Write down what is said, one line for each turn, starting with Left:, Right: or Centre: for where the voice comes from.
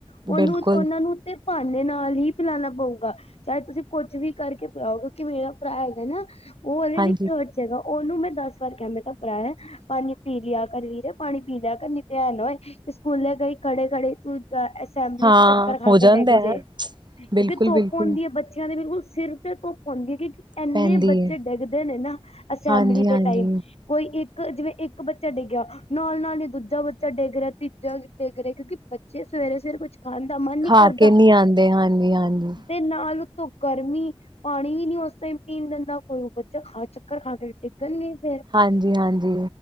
Left: ਉਹਨੂੰ
Right: ਬਿਲਕੁਲ
Left: ਉਹਨਾਂ ਨੂੰ ਤੇ ਬਹਾਨੇ ਨਾਲ ਹੀ ਪਿਲਾਣਾ ਪਊਗਾ ਚਾਹੇ ਤੁਸੀਂ ਕੁਛ ਵੀ ਕਰਕੇ ਪਿਆਓਗੇ ਕਿਉਂਕਿ ਮੇਰਾ ਭਰਾ ਹੈਗਾ ਨਾ ਉਹ ਉਹਦੇ
Right: ਹਾਂਜੀ
Left: ਲਈ ਥਰਡ ਚ ਹੈਗਾ, ਉਹਨੂੰ ਮੈਂ ਦਸ ਵਾਰ ਕ ਕਿਹਾ ਮੈਂ ਤਾਂਪਰਾ ਪਾਣੀ ਪੀ ਲਿਆ ਕਰ ਵੀਰ ਪਾਣੀ ਪੀ ਲਿਆ ਕਰ, ਨੀ ਤੇ ਐ ਨਾ ਹੋਏ ਸਕੂਲੇ ਗਈ ਖੜੇ ਖੜੇ ਤੂੰ -ਚਾ ਅਸੈਂਬਲੀ
Right: ਹਾਂ
Left: ਚ ਚੱਕਰ ਖਾ
Right: ਹੋ
Left: ਕੇ
Right: ਜਾਂਦਾ
Left: ਡਿੱਗ ਜੇ,
Right: ਹੈ
Left: ਕਿਉਂਕਿ
Right: ਬਿਲਕੁਲ
Left: ਧੁੱਪ
Right: ਬਿਲਕੁਲ
Left: ਹੁੰਦੀ ਏ ਬੱਚ ਬੱਚਿਆਂ ਦੇ ਬਿਲਕੁਲ ਸਿਰ ਤੇ ਧੁੱਪ ਹੁੰਦੀ ਐ, ਕਿਉਂਕਿ ਐਨੇ
Right: ਪੈਂਦੀ
Left: ਬੱਚੇ
Right: ਹੈ
Left: ਡਿੱਗਦੇ ਨੇ ਨਾ ਅਸੈਂਬਲੀ
Right: ਹਾਂਜੀ
Left: ਦੇ
Right: ਹਾਂਜੀ
Left: ਟਾਇਮ ਕੋਈ ਇੱਕ, ਜਿਵੇਂ ਇੱਕ ਬੱਚਾ ਡਿੱਗਿਆ ਨਾਲ -ਨਾਲ ਈ ਦੂਜਾ ਬੱਚਾ ਡਿੱਗ ਰਿਹਾ, ਤੀਜਾ ਡਿੱਗ ਰਿਹਾ, ਕਿਉਂਕਿ ਬੱਚੇ ਸਵੇਰੇ-ਸਵੇਰੇ ਕੁਛ ਖਾਣ ਦਾ ਮਨ ਨੀ
Right: ਖਾ
Left: ਕਰਦਾ
Right: ਕੇ ਨੀ ਆਂਦੇ ਹਾਂਜੀ-ਹਾਂਜੀ
Left: ਤੇ ਨਾਲ ਉਤੋਂ ਗਰਮੀ, ਪਾਣੀ ਵੀ ਨੀ ਉਸ ਟਾਇਮ ਪੀਣ ਦਿੰਦਾ ਕੋਈ ਉਹ ਬੱਚਾ ਖਾ ਚੁੱਕ ਚੱਕਰ ਖਾ ਕੇ ਡਿੱਗਣ ਗੇ ਈ ਫਿਰ,
Right: ਹਾਂਜੀ-ਹਾਂਜੀ